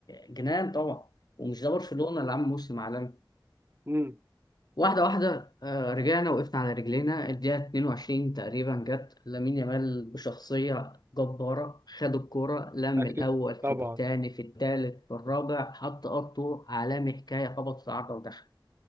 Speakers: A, on the left (about 55°); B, on the right (about 30°).
A: جنان طبعا ومش ده برشلونه اللي عامل موسم عالمي
B: امم
A: واحده واحده آه، رجعنا وقفنا على رجلينا الدقيقه 22 تقريبا جت لامين يامال بشخصيه جباره خد الكوره لم
B: اكيد
A: الاول في
B: طبعا
A: الثاني في الثالث في الرابع حط قطه عالمي حكايه خبط في عرضه ودخل